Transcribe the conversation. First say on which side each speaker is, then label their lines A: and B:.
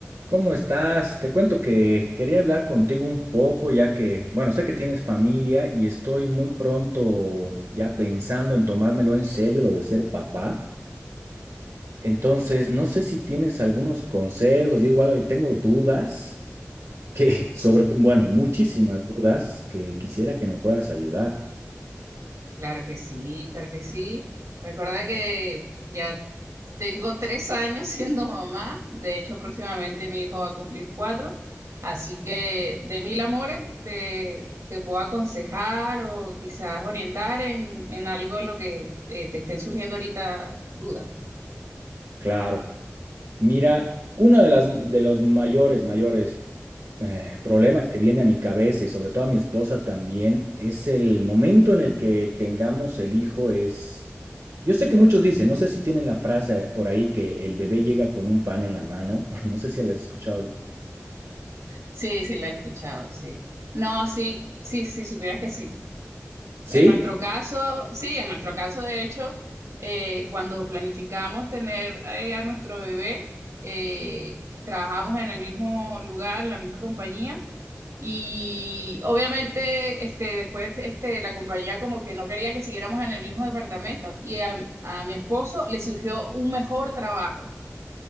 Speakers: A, on the right; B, on the right.
A: ¿Cómo estás? Te cuento que quería hablar contigo un poco, ya que, bueno, sé que tienes familia y estoy muy pronto ya pensando en tomármelo en serio lo de ser papá. Entonces, no sé si tienes algunos consejos, yo igual tengo dudas que, <laughs> sobre, to- bueno, muchísimas dudas que quisiera que me puedas ayudar.
B: Claro que sí, claro que sí. Recuerda que ya tengo tres años <laughs> siendo mamá. De hecho, próximamente mi hijo va a cumplir cuatro. Así que de mil amores te, te puedo aconsejar o quizás orientar en, en algo en lo que eh, te estén surgiendo ahorita dudas.
A: Claro. Mira, una de las de los mayores, mayores eh, problemas que viene a mi cabeza y sobre todo a mi esposa también es el momento en el que tengamos el hijo es, yo sé que muchos dicen, no sé si tienen la frase por ahí que el bebé llega con un pan en la mano, <laughs> no sé si la has escuchado algo,
B: Sí, sí, lo he escuchado, sí. No, sí, sí, sí, supieras que sí.
A: sí,
B: En nuestro caso, sí, en nuestro caso, de hecho, eh, cuando planificamos tener eh, a nuestro bebé, eh, trabajamos en el mismo lugar, en la misma compañía, y obviamente este, después este, la compañía como que no quería que siguiéramos en el mismo departamento y a, a mi esposo le surgió un mejor trabajo.